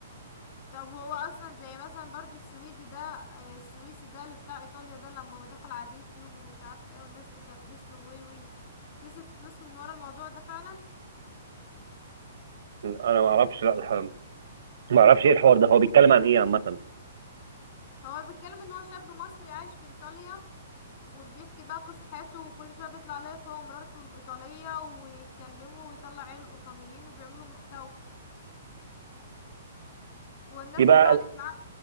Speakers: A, on the left; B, on the right.
A: طب هو اصلا زي مثلا برضو السويدي ده آه، السويسي ده اللي بتاع ايطاليا ده لما دخل على اليوتيوب ومش عارف ايه والناس تكبس له وي وي كسب فلوس من ورا الموضوع ده فعلا
B: انا ما اعرفش لا الح- ما اعرفش ايه الحوار ده هو بيتكلم عن ايه عامه
A: هو بيتكلم ان هو شاب مصري عايش في ايطاليا وبيحكي بقى قصة حياته وكل شوية بيطلع لايف هو ومراته الإيطالية ويتكلموا ويطلع عيله الإيطاليين وبيعملوا محتوى والناس
B: يبقى
A: اتفاعلت معاه